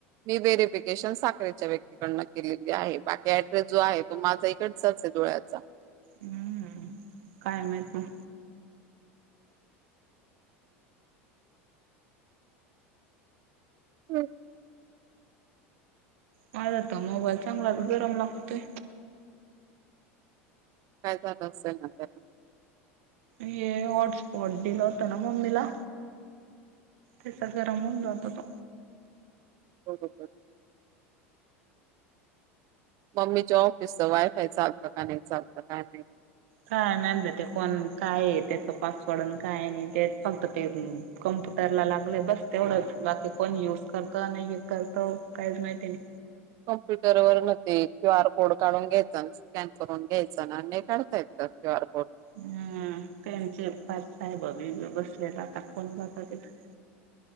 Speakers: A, on the right (about 55°); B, on the right (about 75°).
A: मी व्हेरीिफिकेशन साखरेच्या व्यक्तीकडनं केलेली आहे बाकी ऍड्रेस जो आहे तो माझा इकडच डोळ्याचा
B: हम्म काय माह ना
A: हम्
B: माझता मोबाईल चांगला तर गरम लागतोय
A: काय झालं असेल ना त्याला
B: ये हॉटस्पॉट दिडल होतं ना मम्मीला. तेचा गरमवून जात होतो.
A: हो हो. मम्मीच्या ऑफिसचं वायफाय चालतं का नाही चालतं काय नाही
B: काय मात ते कोण काय आहे त्याच पासवर्ड काय नाही तेच फक्त ते कम्प्युटर लागलंय बस तेवढंच बाकी कोण युज करत नाही करत काहीच माहितीय नाही
A: कम्प्युटर वर न्ह क्यू आर कोड काढून घ्यायचा स्कॅन करून घ्यायच ना हे काढतायत क्युू आर कोड
B: हम्म त्यांचे पाच साहेबी बसले जातात कोण जातात तिथं